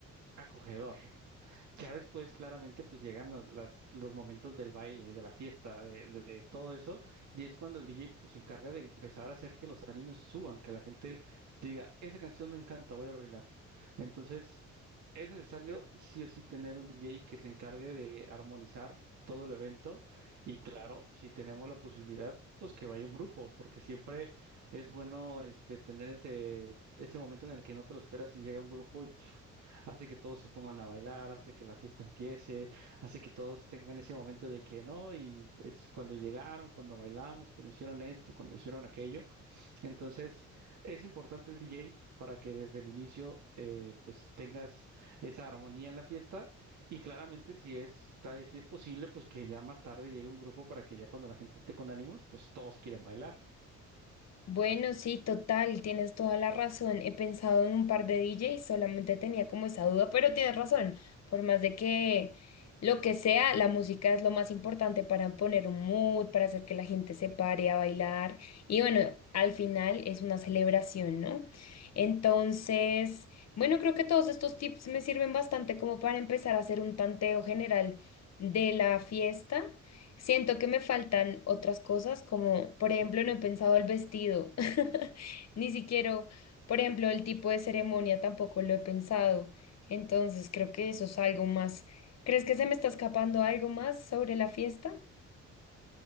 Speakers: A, on the right; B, on the left.
A: acogedor. Ya después, claramente, pues llegan los, las- los momentos del baile, de la fiesta, de, de- de todo eso, y es cuando el DJ pues, se encarga de empezar a hacer que los animes suban, que la gente diga, esa canción me encanta, voy a bailar. Entonces, es necesario sí o sí tener un DJ que se encargue de armonizar todo el evento, y claro, si tenemos la posibilidad, pues que vaya un grupo, porque siempre es bueno este, tener ese, ese momento en el que no te lo esperas y llega un grupo y hace que todos se pongan a bailar, hace que la fiesta empiece, hace que todos tengan ese momento de que no, y es cuando llegaron, cuando bailamos, cuando hicieron esto, cuando hicieron aquello. Entonces, es importante el DJ para que desde el inicio eh, pues tengas esa armonía en la fiesta y claramente si es, ta- si es posible, pues que ya más tarde llegue un grupo para que ya cuando la gente esté con ánimos, pues todos quieran bailar.
B: Bueno, sí, total, tienes toda la razón. He pensado en un par de D DJs, solamente tenía como esa duda, pero tienes razón. Por más de que lo que sea, la música es lo más importante para poner un mood, para hacer que la gente se pare a bailar. Y bueno, al final es una celebración, ¿no? Entonces, bueno, creo que todos estos tips me sirven bastante como para empezar a hacer un tanteo general de la fiesta. Siento que me faltan otras cosas, como por ejemplo, no he pensado el vestido, <laughs> ni siquiera, por ejemplo, el tipo de ceremonia tampoco lo he pensado. Entonces, creo que eso es algo más. ¿Crees que se me está escapando algo más sobre la fiesta?